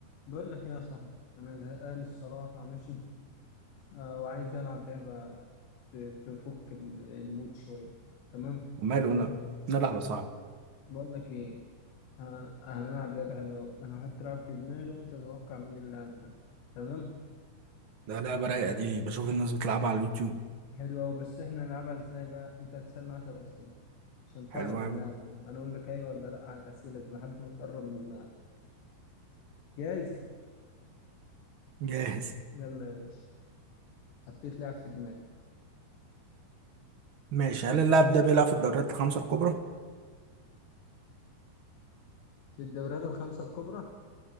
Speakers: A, on the left; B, on the right.
A: بقول لك يا صاحبي انا زهقان الصراحه ماشي آه وعايز العب لعبه ت- تفك ال- المود شويه تمام
B: وماله انا نلعب يا صاحبي
A: بقول لك ايه آه هنلعب لعبه حلوه أوي. انا هتلعب في دماغي وانت تتوقع مين اللي لعب ده تمام
B: ده لعبة رايقة دي بشوف الناس بتلعبها على اليوتيوب
A: حلوه أوي بس احنا نلعبها ازاي بقى انت هتسالني 10 اسئله عشان
B: حلوة
A: تعرف اللاعب
B: أوي
A: ده انا اقول لك ايوه ولا لا على الاسئله دي لحد ما تقرب من اللاعب جاهز
B: جاهز
A: يلا يا باشا حطيت لاعب في دماغي
B: ماشي هل اللاعب ده بيلعب في الدوريات الخمسة الكبرى؟
A: في الدوريات الخمسه الكبرى